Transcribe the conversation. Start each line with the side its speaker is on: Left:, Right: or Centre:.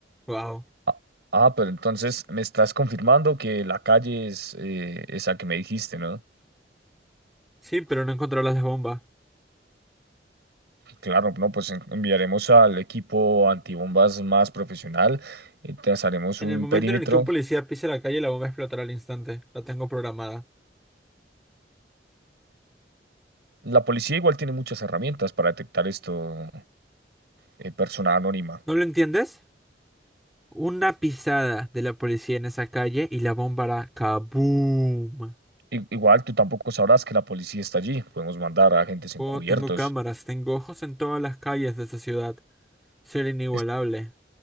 Centre: Wow.
Right: Ah, ah, pero entonces me estás confirmando que la calle es eh, esa que me dijiste, ¿no?
Centre: Sí, pero no encontrará las bombas.
Right: Claro, no, pues en- enviaremos al equipo antibombas más profesional, eh, trazaremos
Centre: En
Right: un
Centre: el momento
Right: perímetro.
Centre: en el que un policía pise la calle, la bomba explotará al instante. La tengo programada.
Right: La policía igual tiene muchas herramientas para detectar esto, eh, persona anónima.
Centre: ¿No lo entiendes? Una pisada de la policía en esa calle y la bomba hará kaboom.
Right: I- igual tú tampoco sabrás que la policía está allí. Podemos mandar a agentes encubiertos.
Centre: Oh, tengo cámaras, tengo ojos en todas las calles de esa ciudad. Ser inigualable.
Right: Es-